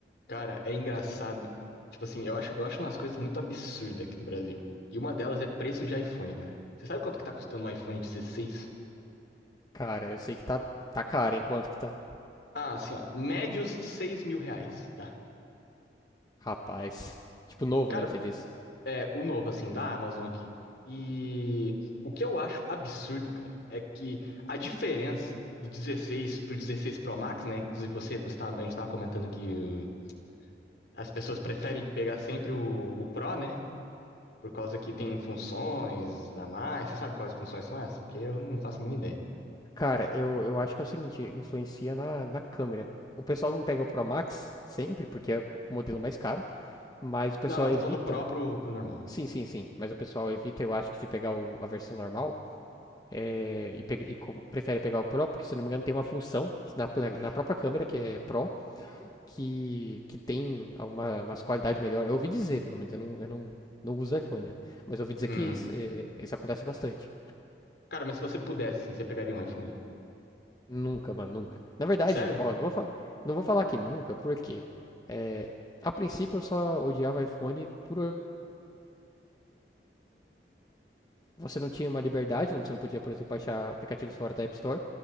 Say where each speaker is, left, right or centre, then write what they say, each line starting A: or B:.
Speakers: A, on the left; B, on the left.
A: Cara, é engraçado. Tipo assim, eu acho, eu acho umas coisas muito absurdas aqui no Brasil. E uma delas é preço de iPhone, cara. Você sabe quanto que tá custando um iPhone dezesseis
B: Cara, eu sei que tá, tá caro, hein? Quanto que tá?
A: Ah, assim, ó. Médios seis mil reais, tá?
B: Rapaz. Tipo, novo,
A: Cara,
B: né? Você diz.
A: é o novo, assim, da Amazon aqui. E o que eu acho absurdo, cara, é que a diferença do 16 pro 16 Pro Max, né? Inclusive você, você tá, a gente tava comentando que uh, as pessoas preferem pegar sempre o, o Pro, né? Por causa que tem
B: Hum.
A: funções a mais. Você sabe quais funções são essas? Porque eu não faço a mínima ideia.
B: Cara, eu, eu acho que é o seguinte, influencia na, na câmera. O pessoal não pega o Pro Max sempre, porque é o modelo mais caro, mas o pessoal
A: Não, não, eu
B: evita.
A: tô falando do Pro pro, pro normal.
B: Sim, sim, sim. Mas o pessoal evita, eu acho, que de pegar o- a versão normal. é, e, pe- e co- prefere pegar o Pro, porque se eu não me engano tem uma função na, na própria câmera que é Pro, que, que tem uma, umas qualidades melhores. Eu ouvi dizer, pelo menos, eu não, eu não, não uso iPhone, né? Mas eu ouvi dizer
A: Hum.
B: que isso, é, isso acontece bastante.
A: Cara, mas se você pudesse, assim, você pegaria um iPhone?
B: Nunca, mano, nunca. Na verdade,
A: Sério?
B: ó, não vou, fal- não vou falar que nunca, porque é, a princípio eu só odiava iPhone por você não tinha uma liberdade, né? você não podia, por exemplo, baixar aplicativos fora da App Store,